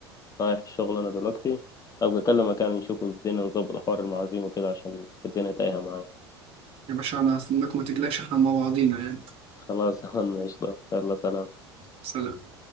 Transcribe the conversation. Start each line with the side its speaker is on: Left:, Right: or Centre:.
Left: رايح الشغل أنا دلوقتي أبقى أكلم مكان نشوفه الدنيا نظبط حوار المعازيم وكده عشان الدنيا تايهة معايا
Right: يا باشا انا هستناك وما تجلكش احنا مع بعضينا يعني
Left: خلاص <laughs> يا عم قشطة يلا سلام
Right: سلام